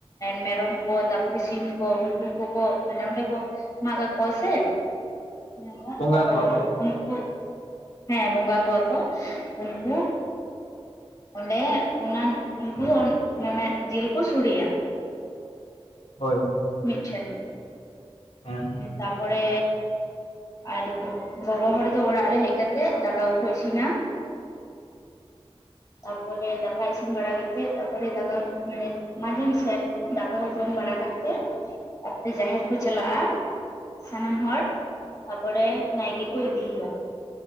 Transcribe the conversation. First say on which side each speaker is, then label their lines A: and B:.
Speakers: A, on the left (about 35°); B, on the left (about 80°).
A: ᱢᱮᱨᱚᱢ ᱠᱚ, ᱛᱟᱯᱚᱨᱮ ᱥᱤᱢ, ᱩᱱᱠᱩ ᱠᱚᱠᱚ ᱢᱟᱱᱮ ᱚᱸᱰᱮ ᱠᱚ ᱢᱟᱜ ᱠᱚᱣᱟ ᱥᱮ- ᱢᱮᱱᱟ
B: ᱵᱚᱸᱜᱟ
A: ᱟᱫᱚ
B: ᱠᱚᱣᱟ ᱠᱚ
A: ᱩᱱᱠᱩ ᱦᱮᱸ ᱵᱚᱸᱜᱟ ᱠᱳᱭᱟ ᱠᱚ ᱩᱱᱠᱩ ᱚᱸᱰᱮ ᱚᱱᱟ ᱩᱱᱠᱩ ᱢᱟᱱᱮ ᱡᱮᱞ ᱠᱚ ᱥᱚᱲᱮᱭᱟ᱾
B: ᱦᱳᱭ
A: ᱢᱤᱴᱷᱮᱱ
B: ᱦᱮᱸ
A: ᱛᱟᱯᱚᱨᱮ ᱟᱨ ᱜᱚᱜᱚ ᱦᱚᱲ ᱫᱚ ᱚᱲᱟᱜ ᱨᱮ ᱦᱮᱡ ᱠᱟᱛᱮᱫ ᱫᱟᱠᱟ ᱠᱚᱠᱚ ᱤᱥᱤᱱᱟ᱾ ᱛᱟᱯᱚᱨᱮ ᱫᱟᱠᱟ ᱤᱥᱤᱱ ᱵᱟᱲᱟ ᱠᱟᱛᱮ ᱛᱟᱯᱚᱨᱮ ᱫᱟᱠᱟ ᱢᱟᱱᱮ ᱢᱟᱡᱟᱱ ᱥᱮ ᱫᱟᱠᱟ ᱠᱚ ᱡᱚᱢ ᱵᱟᱲᱟ ᱠᱟᱛᱮ ᱛᱟᱯᱚᱨᱮ ᱡᱟᱦᱮᱨ ᱠᱚ ᱪᱟᱞᱟᱜᱼᱟ᱾ ᱥᱟᱱᱟᱢ ᱦᱚᱲ ᱛᱟᱯᱚᱨᱮ ᱱᱟᱭᱠᱮ ᱠᱚ ᱤᱫᱤᱭᱮᱭᱟ᱾